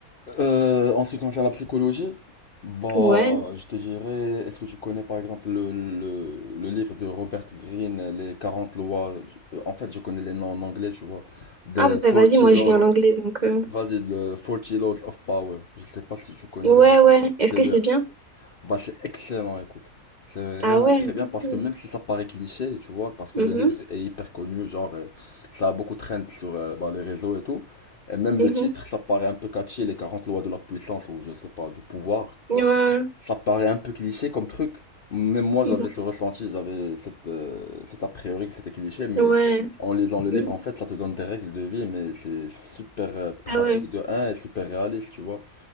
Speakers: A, on the left; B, on the right.
A: Euh, en ce qui concerne la psychologie, bah,
B: Ouais.
A: je te dirais, est-ce que tu connais par exemple le, le, le livre de Robert Greene, Les 40 lois? Je- euh, En fait, je connais les noms en anglais, tu vois. The
B: Ah bah
A: forty
B: vas-y, moi
A: Laws,
B: je lis en anglais, donc... euh,
A: vas-y, The forty Laws of Power. Je sais pas si tu connais
B: Ouais,
A: le livre.
B: ouais.
A: C'est
B: Est-ce que
A: le
B: c'est bien?
A: Bah, c'est excellent, écoute. C'est vraiment
B: Ah ouais.
A: très bien parce
B: ok.
A: que même si ça paraît cliché, tu vois, parce que
B: Mhm,
A: le livre est hyper connu, genre, euh, ça a beaucoup trend sur euh, bah, les réseaux et tout. Et même
B: mhm.
A: le titre, ça paraît un peu catchy, les 40 lois de la puissance ou je sais pas, du pouvoir.
B: Ouais,
A: Ça paraît un peu cliché comme truc. Même moi,
B: mhm.
A: j'avais ce ressenti, j'avais cette, euh, cet a priori que c'était cliché, mais
B: Ouais.
A: en lisant le
B: mhm.
A: livre, en fait, ça te donne des règles de vie, mais c'est super euh, pratique
B: Ah ouais.
A: de un et super réaliste, tu vois.